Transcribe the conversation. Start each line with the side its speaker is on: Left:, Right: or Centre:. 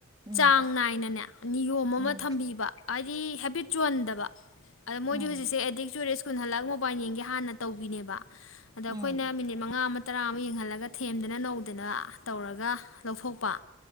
Right: ꯎꯝ
Left: ꯆꯥꯡ ꯅꯥꯏꯅꯅꯦ ꯅꯤꯌꯣꯝ ꯑꯃ
Right: ꯎꯝ
Left: ꯊꯝꯕꯤꯕ ꯍꯥꯏꯗꯤ ꯄꯤꯆꯟꯗꯕ ꯑꯗ ꯃꯣꯏꯗꯤ
Right: ꯎꯝ
Left: ꯍꯧꯖꯤꯁꯦ ꯑꯦꯗꯤꯛꯁ ꯁ꯭ꯀꯨꯜ ꯍꯜꯂꯛꯒ ꯃꯣꯕꯥꯏꯜ ꯌꯦꯡꯒꯦ ꯍꯥꯟꯅ ꯇꯧꯕꯤꯅꯦꯕ ꯑꯗ
Right: ꯎꯝ
Left: ꯑꯩꯈꯣꯏꯅ ꯃꯤꯅꯤꯠ ꯃꯉꯥ ꯑꯃ ꯇꯔꯥ ꯑꯃ ꯌꯦꯡꯍꯜꯂꯒ ꯊꯦꯝꯗꯅ ꯅꯧꯗꯅ ꯇꯧꯔꯒ ꯂꯧꯊꯣꯛꯄ